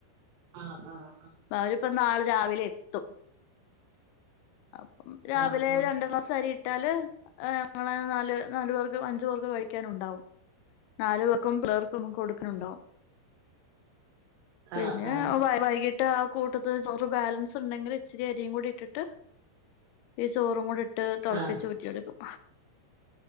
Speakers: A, on the right; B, on the left.
A: ആഹ് ആഹ്
B: അവരിപ്പൊ നാളെ രാവിലെ എത്തും. അപ്പം രാവിലെ
A: ആഹ് ആഹ്
B: രണ്ട് ക്ലാസ് അരി ഇട്ടാല് ഞങ്ങള് നാല് നാലു പേർക്ക് അഞ്ചു പേർക്ക് കഴിക്കാനുണ്ടാവും നാല് പേർക്കും പിള്ളേർക്കും കൊടുക്കാനുണ്ടാവും
A: ആഹ്
B: പിന്നെ
A: ആഹ്
B: വൈകിട്ട് ആ കൂട്ടത്ത് ചോറ് ബാലൻസ് ഉണ്ടെങ്കിൽ ഇച്ചിരി അരിയും കൂടി ഇട്ടിട്ട് ഈ ചോറും കൂടി ഇട്ട് തിളപ്പിച്ചൂ
A: ആഹ് ആഹ്
B: റ്റിയെടുക്കും